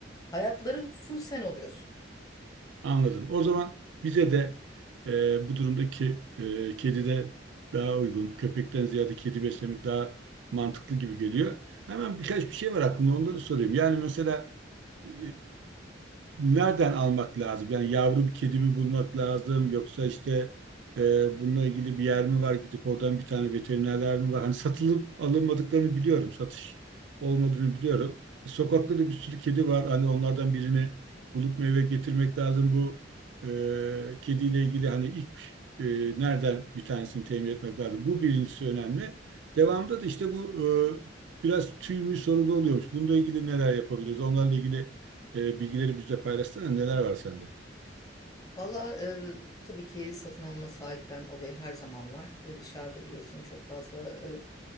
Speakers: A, on the left (about 20°); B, on the right (about 75°).
A: hayatları full sen oluyorsun.
B: Anladım. O zaman bize de e, bu durumdaki e, kedi de daha uygun. Köpekten ziyade kedi beslemek daha mantıklı gibi geliyor. Hemen birkaç bir şey var aklımda onları sorayım. Yani mesela e, nereden almak lazım? Yani yavru bir kedi mi bulmak lazım yoksa işte e, bununla ilgili bir yer mi var? Gidip oradan bir tane veterinerler mi var? Hani satılıp alınmadıklarını biliyorum. Satış olmadığını biliyorum. E, sokakta da bir sürü kedi var. Hani onlardan birini bulup meyve getirmek lazım. Bu e, kediyle ilgili hani ilk e, nereden bir tanesini temin etmek lazım? Bu birincisi önemli. Devamında da işte bu e, biraz tüy mü sorunu oluyormuş. Bununla ilgili neler yapabiliriz? Onlarla ilgili e, bilgileri bizle paylaşsana neler var sende.
A: Valla e, tabii ki satın alma sahiplen olayı her zaman var ve dışarıda biliyorsun çok fazla e,